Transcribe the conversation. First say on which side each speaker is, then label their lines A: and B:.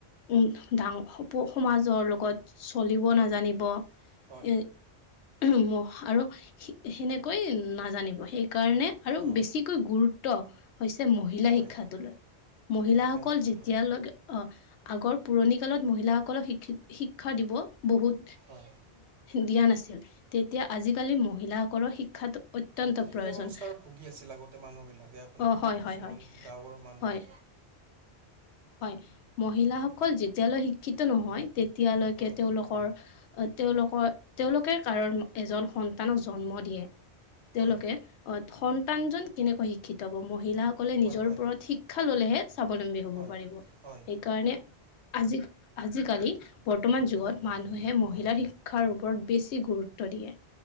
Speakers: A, on the left (about 85°); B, on the right (about 75°).
A: উম, ডাঙৰ সপো সমাজৰ লগত চলিব
B: হয়
A: নাজানিব
B: হয়
A: এ <unintelligible> আৰু সে-সেনেকৈ নাজানিব সেই সেইকাৰণে আৰু
B: অ
A: বেছি কৈ গুৰুত্ব হৈছে মহ মহিলা
B: হয়
A: শিক্ষা লয়, মহিলাসকল
B: মহিলা শিক্ষাটো
A: যেতিয়ালৈকে অহ, আগৰ পুৰণি কালত মহিলাসকলক শিক্ষিত-শিক্ষা দিব বহুত
B: হয়
A: দিয়া নাছিল তে আজিকালি মহিলাসকলৰ শিক্ষাতো অত্যন্ত
B: কু কুসংস্কাৰত
A: প্ৰয়োজন।
B: ভুগি আছিল আগতে মানুহবিলাকে আপোনাৰ
A: অঁ হয়
B: কিছুমান
A: হয় হয়
B: গাঁৱৰ মানুহে
A: হয় হয়, মহিলাসকল যেতিয়ালৈ শিক্ষিত নহয় তেতিয়ালৈকে
B: হয়
A: তেওঁলোকৰ তেওঁলোকৰ-তেওঁলোকে কাৰন এজন সন্তানক জন্ম দিয়ে।
B: হয়
A: তেওঁলোকে অহ, সন্তানজন কেনেকৈ শিক্ষিত হ'ব, মহিলাসকলে
B: হয়
A: নিজৰ
B: হয়
A: ওপৰত শিক্ষা ল'লেহে স্বাৱলম্বী হব'।
B: হয়
A: হ'ব পাৰিব। সেইকাৰণে
B: হয়
A: আজি-আজিকালি বৰ্তমান যুগত
B: হয়
A: মানুহে মহিলাৰ
B: হয়
A: শিক্ষাৰ ওপৰত বেছি গুৰুত্ব দিয়ে।